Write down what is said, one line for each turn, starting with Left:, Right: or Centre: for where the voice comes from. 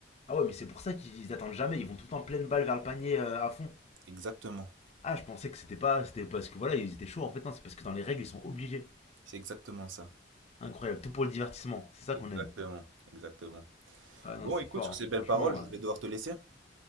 Left: Ah ouais, mais c'est pour ça qu'ils attendent jamais, ils vont tout le temps pleine balle vers le panier euh, à fond.
Right: Exactement.
Left: Ah, je pensais que c'était pas, c'était parce que voilà, ils étaient chauds en fait, non, c'est parce que dans les règles, ils sont obligés.
Right: C'est exactement ça.
Left: Incroyable, tout pour le divertissement, c'est ça
Right: Exactement,
Left: qu'on aime.
Right: exactement.
Left: Ah non,
Right: Bon,
Left: c'est
Right: écoute,
Left: fort,
Right: sur
Left: hein.
Right: ces belles
Left: Franchement.
Right: paroles, je
Left: euh.
Right: vais devoir te laisser.